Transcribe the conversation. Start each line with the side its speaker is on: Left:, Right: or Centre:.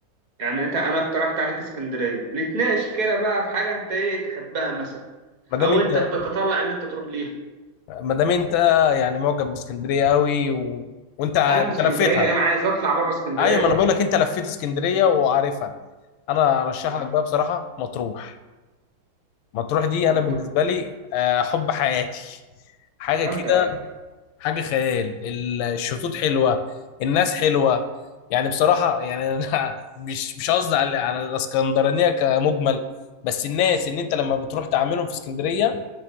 Right: يعني انت انا اقترحت عليك اسكندرية نتناقش كده بقى في حاجة انت ايه تحبها مثلا
Left: ما دام
Right: او
Left: انت
Right: انت بتتطلع ان انت تروح ليها
Left: ما دام انت يعني معجب باسكندريه قوي و... وانت انت
Right: انا من اسكندرية
Left: لفيتها
Right: انا عايز اطلع بره اسكندرية
Left: ايوه ما
Right: بقى
Left: انا بقول لك انت لفيت اسكندريه وعارفها انا ارشح
Right: اه
Left: لك بقى بصراحه مطروح مطروح دي
Right: مطروح
Left: انا بالنسبه لي آه، حب حياتي حاجه
Right: جامدة
Left: كده حاجه خيال ال- الشطوط حلوه الناس حلوه يعني بصراحه يعني انا <laughs> مش مش قصدي على على الاسكندرانيه كمجمل بس الناس ان انت لما بتروح تعاملهم في اسكندريه